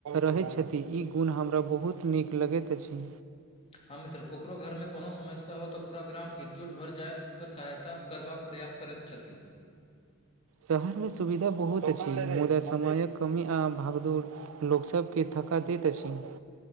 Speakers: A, on the right; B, on the left.
A: रहैत छथि ई गुण हमरा बहुत नीक लगैत अछि
B: हँ मित्र ककरो घरमे कोनो समस्या हो तऽ पूरा ग्राम एकजुट भऽ जायत सहायता करबाक प्रयास करैत छथि।
A: शहरमे सुविधा बहुत अछि मुदा समयक कमी आ भागदौड़ लोक सभके थका दैत अछि।